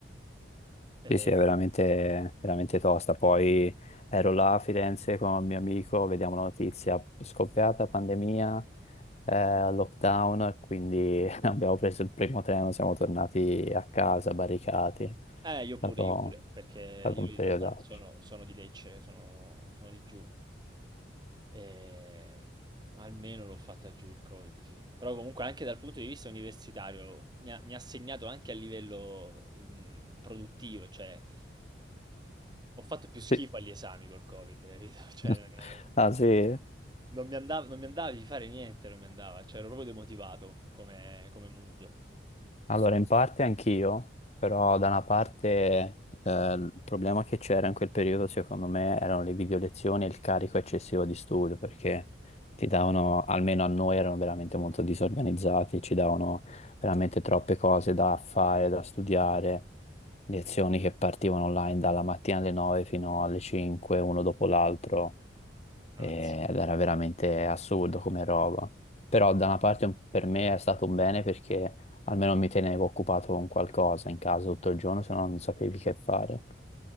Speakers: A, on the right; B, on the left.
A: Ehm,
B: Sì, sì, è veramente, veramente tosta. Poi ero là a Firenze con un mio amico, vediamo la notizia, scoppiata pandemia, eh, lockdown, quindi <laughs> abbiamo preso il primo treno, siamo tornati a casa, barricati. È
A: eh, io pure,
B: stato,
A: io pure, perché io
B: è stato un
A: in
B: periodaccio.
A: realtà non sono sono di Lecce, sono sono di giù. E almeno l'ho fatta giù il Covid, sì. Però comunque anche dal punto di vista universitario mi ha, mi ha segnato anche a livello mh, produttivo, cioè ho fatto più schifo
B: Sì.
A: agli esami col Covid, eh, capito? <laughs> Cioè,
B: <laughs>
A: non è-
B: Ah sì?
A: non mi andava, non mi andava di fare niente, non mi andava, cioè ero proprio demotivato come, come mood.
B: Allora, in parte anch'io, però da una parte eh, il problema che c'era in quel periodo secondo me erano le video lezioni e il carico eccessivo di studio perché ti davano, almeno a noi erano veramente molto disorganizzati, ci davano veramente troppe cose da fare, da studiare, lezioni che partivano online dalla mattina alle 9 fino alle 5, uno dopo l'altro
A: Mazza.
B: eh, ed era veramente assurdo come roba. Però da una parte un- per me è stato un bene perché almeno mi tenevo occupato con qualcosa in casa tutto il giorno, se no non sapevi che fare.